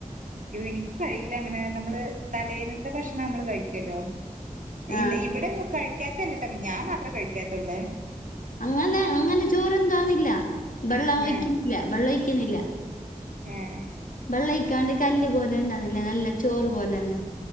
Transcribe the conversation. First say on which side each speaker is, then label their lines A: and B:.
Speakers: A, on the right (about 75°); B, on the left (about 80°).
A: എനിക്ക് കഴിയില്ല അങ്ങനെ നമ്മള് തലേന്നത്തെ ഭക്ഷണം നമ്മള് കഴിക്കോല്ലോ
B: ആ
A: ഇ ഇവിടെ കഴിക്ക്യാത്തല്ലട്ടോ ഞാൻ മാത്രേ കഴിക്ക്യാത്തൊള്ളേ
B: അങ്ങനെ അങ്ങനെ ചോറെന്തോന്നില്ല ബെള്ളം ഒഴിക്കുന്നില്ല
A: ഏഹ്
B: ബെള്ളം ഒഴിക്കുന്നില്ല
A: ഏഹ്
B: ബെള്ളയ്ക്കാണ്ടെ കല്ല് പോലെ ഇണ്ടന്നല്ലേ നല്ല ചോറ് പോലെന്നെ